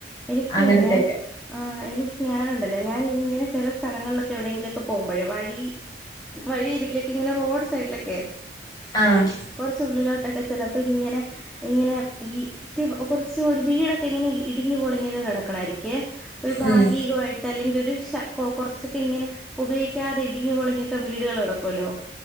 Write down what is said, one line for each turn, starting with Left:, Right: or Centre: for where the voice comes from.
Centre: എനിക്ക്
Left: അങ്ങനത്തെയൊക്കെ
Centre: ഞാൻ ആ എനിക്ക് ഞാനുണ്ടല്ലോ ഞാൻ ഇങ്ങനെ ചില സ്ഥലങ്ങളിലൊക്കെ എവിടെയെങ്കിലൊക്കെ പോകുമ്പോഴേ വഴി വഴിയരികിലൊക്കെ ഇങ്ങനെ റോഡ് സൈഡിലൊക്കെ
Left: ആഹ്
Centre: കുറച്ചുള്ളിലോട്ടൊക്കെ ചിലപ്പോ ഇങ്ങനെ ഇങ്ങനെ ഈ കുറച്ച് ഒരു വീട ഇങ്ങെനെ ഇടിഞ്ഞു പൊളിഞ്ഞൊക്കെ കിടക്കണായിരിക്കേ ഒരു ഭാഗികമായിട്ട്
Left: ഉം
Centre: അല്ലെങ്കി ഒ ഒരു കൊറച്ചൊക്കെ ഇങ്ങനെ ഉപയോഗിക്കാതെ ഇടിഞ്ഞ് പൊളിഞ്ഞൊക്കെ വീടുകൾ കെടക്കുമല്ലോ